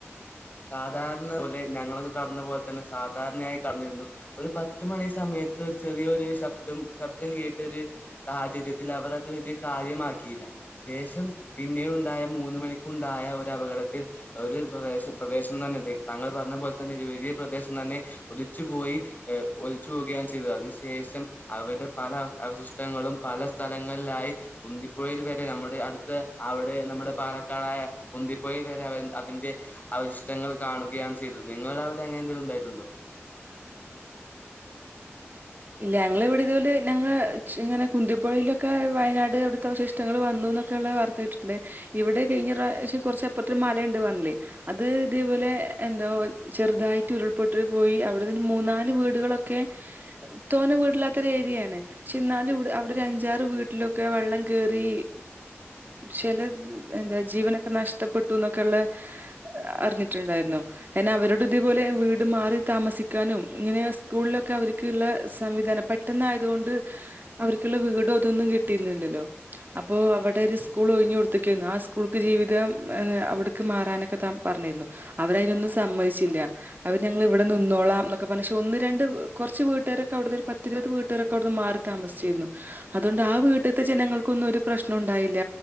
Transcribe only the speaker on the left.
സാധാരണ പോലെ ഞങ്ങളൊക്ക കടന്ന പോലെ തന്നെ സാധാരണയായി കടന്നിരുന്നു ഒരു പത്ത് മണി സമയത്ത് ഒരു ചെറിയോര് ശബ്ദം ശബ്ദം കേട്ട് ഒര് സാഹചര്യത്തില് അവർ അത് വലിയ കാര്യമാക്കിയില്ല. ശേഷം പിന്നെ ഉണ്ടായ മൂന്ന്മണിക്കുണ്ടായ ഒരു അപകടത്തിൽ ഒരു പ്രദേശം പ്രദേശം തന്നെ തങ്ക് താങ്കൾ പറഞ്ഞ പോലെ തന്നെ ഒരു വലിയ പ്രദേശം തന്നെ ഒലിച്ചു പോയി ഏഹ് ഒലിച്ചു പോവുകയാണ് ചെയ്തത്. അതിനു ശേഷം അവരുടെ പല അവശിഷ്ടങ്ങളും പല സ്ഥലങ്ങളിലായി കുന്തിപ്പുഴയിൽ വരെ നമ്മുടെ അടുത്ത അവിടെ നമ്മുടെ പാലക്കാടായ കുന്തിപുഴയിൽ വരെ അവ അതിന്റെ അവവിശിഷ്ടങ്ങൾ കാണുകയാണ് ചെയ്തത്. നിങ്ങളുടെ അവിടെ അങ്ങനെ എന്തെങ്കിലും ഉണ്ടായിട്ടുണ്ടോ?